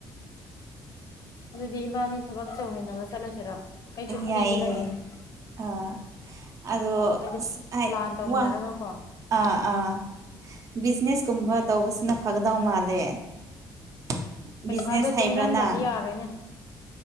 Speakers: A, on the left; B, on the right.
A: ꯑꯗꯨꯗꯤ ꯏꯕꯥꯅꯤ ꯊꯕꯛ ꯇꯧꯃꯤꯟꯅꯕ ꯆꯠꯂꯁꯤꯔꯣ ꯑꯩꯁꯨ ꯐ꯭ꯔꯤꯗ
B: ꯌꯥꯏꯑꯦ
A: ꯂꯩꯒꯅꯤ
B: ꯑ ꯑꯗꯣ
A: ꯍꯥꯏꯗꯤ
B: ꯍꯥꯏ
A: ꯄ꯭ꯂꯥꯟ ꯇꯧꯃꯤꯟꯅꯔꯒꯀꯣ
B: ꯋꯥ ꯑꯥ ꯑꯥ ꯕꯤꯖꯤꯅꯦꯁꯀꯨꯝꯕ ꯇꯧꯕꯁꯤꯅ ꯐꯒꯗꯧ ꯃꯥꯜꯂꯦ <inaudible>
A: ꯄꯩꯁꯥꯗꯣ
B: ꯍꯩꯕ꯭ꯔꯥ
A: ꯇꯨꯡꯁꯤꯟꯗꯗꯤ
B: ꯅꯪ
A: ꯌꯥꯔꯣꯏꯅꯦ